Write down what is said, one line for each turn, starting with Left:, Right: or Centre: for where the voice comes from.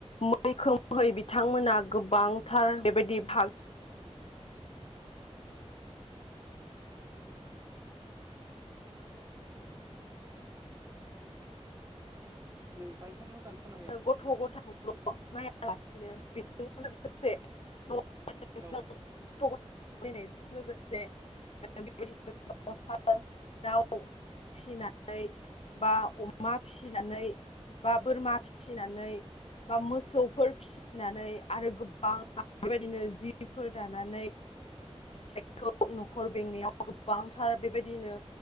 Left: मैखोमहै बिथांमोना गोबांथार बेबायदि भाग
Right: नोंथांथ' मोजां खोनाबाय
Left: गथ' गथ खौल' नायालासिनो बेजों लोगोसे न' गथ'
Right: औ
Left: ग नायजों लोगोसे <inaudible> जे बेबायदिनो फा दाउ फिसिनाय <inaudible> बा अमा फिसिनानै बा बोरमा फि <inaudible> फिसिनानै बा मोसौफोर फिसि-' फाननानै आरो गोबां <inaudible> बिदिनो जिफोर दानानै फिखौ न'खर बेंनायाव गोबांथार बेबायदिनो